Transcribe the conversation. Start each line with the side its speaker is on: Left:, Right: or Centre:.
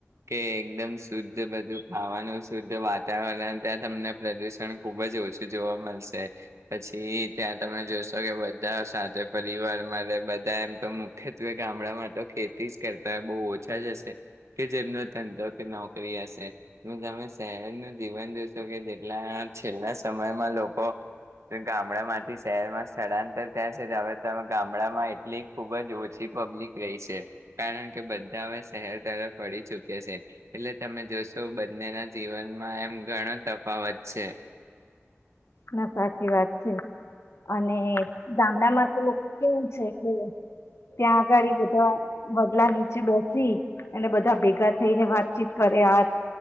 Right: કે એકદમ શુદ્ધ બધું ખાવાનું શુદ્ધ વાતાવરણ ત્યાં તમને પ્રદુષણ ખુબ જ ઓછું જોવા મળશે. પછી ત્યાં તમે જોશો સગ્યા. બ સાથે પરિવારમાં રહે બધા એમ તો મુખ્યત્વે ગામડામાં તો ખેતી જ કરતા હોય બહુ ઓછા જ હશે કે જેમનો ધંધો કે નોકરી હશે હું તમે શહેરનું જીવન જોશો કે જેટલા છેલ્લા સમયમાં લોકો ગામડા માંથી શહેરમાં સ્થળાંતર તં હવે ગામડામાં એટલી ખુબ જ ઓછી પબ્લિક રહી છે કારણ કે બધા હવે શહેર તરફ વળ ચુક્યા છે એટલે તમે જોશો બંનેના જીવનમાં એમ ઘણો તફાવત છે.
Left: ના સાચી વાત છે અને ગામડા માં તો લોકો કેવું છે કે ત્યાં આગાડી બધા વદલા નીચે બેસી અને બધા ભેગ ભેગા થઈને વાતચીત કરે આ